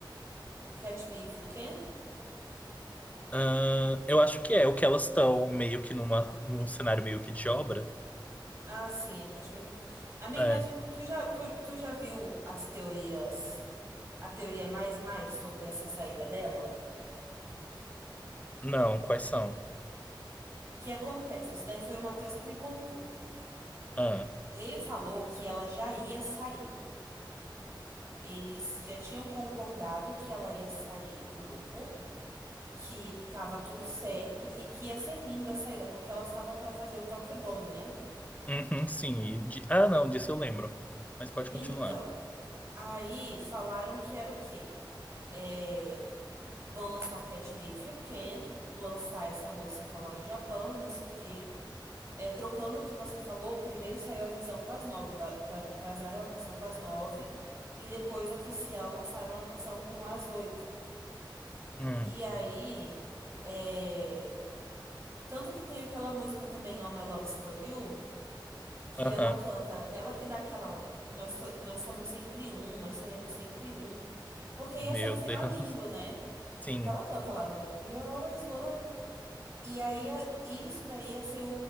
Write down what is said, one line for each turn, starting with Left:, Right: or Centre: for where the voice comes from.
Right: O Catch Me If You Can?
Left: Ah, eu acho que é o que elas estão meio que numa, num cenário meio que de obra.
Right: Ah, sim, é que as minhas... Amigo,
Left: É.
Right: mas tu já, tu, tu já viu as teorias, a teoria mais mais sobre essa saída dela?
Left: Não, quais são?
Right: O que acontece? Isso daí foi o Matheus que me contou.
Left: Ah,
Right: Ele falou que ela já ia sair. Eles já tinham concordado que ela ia sair do grupo, que tava tudo certo e que ia ser linda a saída, porque elas estavam para fazer o Tokyo Dome, né?
Left: uhum, sim. e de- ah, não, disso eu lembro. Mas pode
Right: Então,
Left: continuar.
Right: aí falaram que era o quê? É, Vão lançar Catch Me If You Can, lançar essa música lá no Japão e não sei o quê. É, trocando o que você falou, primeiro saiu a versão com as nove, va- va- vazaram a versão com as nove, e depois oficial lançaram a versão com as oito.
Left: Hum,
Right: E aí, é, tanto que tem aquela música também, All My Love's For You, que
Left: Aham.
Right: ela canta, ela que dá aquela. Nós, so- nós somos sempre um, nós seremos sempre um. Porque ia
Left: Meu
Right: ser um final
Left: Deus.
Right: lindo,
Left: <laughs>
Right: né?
Left: Sim.
Right: Que ela canta lá, né? We are always one. E aí, a- isso daí ia ser o,